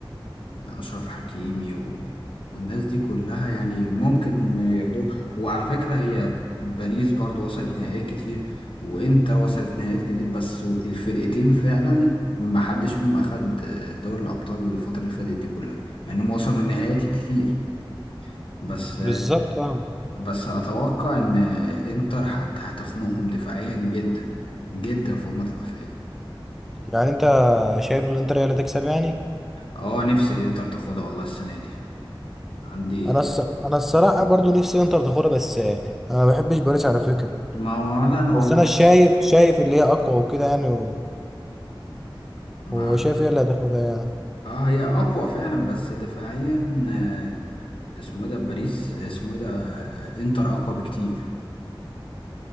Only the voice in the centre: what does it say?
بالظبط اه
يعني انت شايف الانتر هي اللي هتكسب يعني
انا الص... انا الصراحه برضو نفسي انتر تاخدها بس انا ما بحبش باريس على فكره
بس
انا شايف شايف اللي هي اقوى وكده يعني و...
وشايف هي اللي هتاخدها يعني